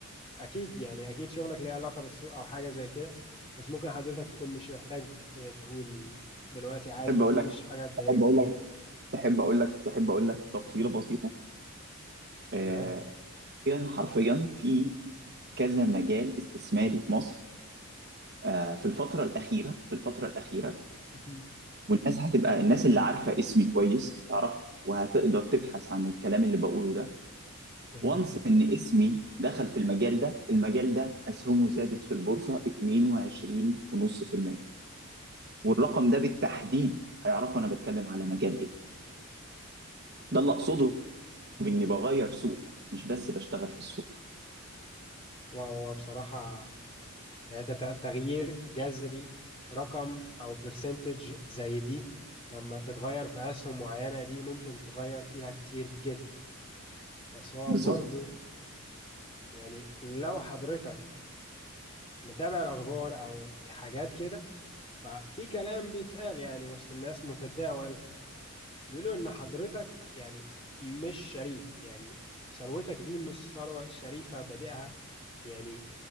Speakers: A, on the left; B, on the right.
A: أكيد يعني أكيد شغلك ليه علاقة بالسوق أو حاجة زي كده بس ممكن حضرتك تكون مش محتاج تقول دلوقتي عادي
B: تحب أقول
A: ودي
B: لك
A: مش حاجة تضايقنا
B: تحب أقول لك تحب أقول لك تحب أقول لك تفصيلة بسيطة
A: تمام
B: آه، حرفيا حرفيا في كذا مجال استثماري في مصر آه، في الفترة الأخيرة في الفترة الأخيرة
A: مهم.
B: والناس هتبقى الناس اللي عارفة اسمي كويس هتعرف وهتقدر تبحث عن الكلام اللي بقوله ده
A: مهم.
B: وانس ان اسمي دخل في المجال ده المجال ده اسهمه زادت في البورصه 22.5% والرقم ده بالتحديد هيعرفوا انا بتكلم على مجال ايه ده اللي اقصده باني بغير سوق مش بس بشتغل في السوق
A: وهو بصراحة يعني تت- تغيير جذري رقم أو برسنتج زي دي لما تتغير في أسهم معينة دي ممكن تغير فيها كتير جدا بس هو
B: بالظبط
A: برضو يعني لو حضرتك متابع الأخبار أو حاجات كده ففي كلام بيتقال يعني وسط الناس متداول بيقولوا إن حضرتك يعني مش شريف يعني ثروتك دي مش ثروة شريفة بادئها يعني